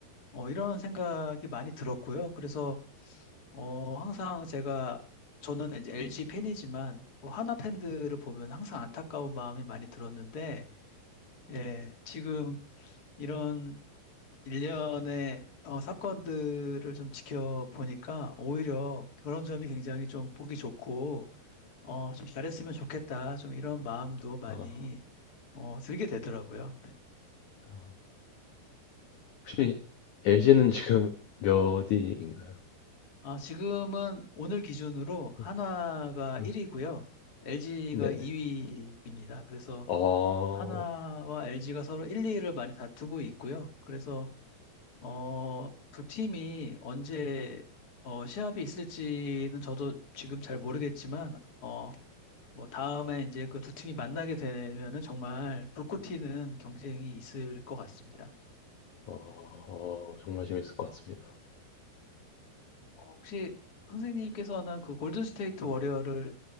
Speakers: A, on the left; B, on the left.
A: 어, 이런 생각이 많이 들었고요. 그래서 어, 항상 제가 저는 이제 LG 팬이지만 그 하나 팬들을 보면 항상 안타까운 마음이 많이 들었는데 예, 지금 이런 일련의 어, 사건들을 좀 지켜보니까 오히려 그런 점이 굉장히 좀 보기 좋고 어, 좀 잘했으면 좋겠다. 좀 이런 마음도 많이
B: 아,
A: 어, 들게 되더라고요.
B: 아. 혹시 LG는 지금 몇 위인가요?
A: 아, 지금은 오늘 기준으로
B: 네,
A: 한화가
B: 네,
A: 1위고요. LG가
B: 네네.
A: 2위입니다. 그래서
B: 아,
A: 한화와 LG가 서로 1, 2위를 많이 다투고 있고요. 그래서 어, 두 팀이 언제 어, 시합이 있을지는 저도 지금 잘 모르겠지만 어, 뭐 다음에 이제 그 두 팀이 만나게 되면은 정말 불꽃 튀는 경쟁이 있을 것 같습니다.
B: 아, 정말 재밌을 것 같습니다.
A: 어, 혹시 선생님께서는 그 골든스테이트 워리어를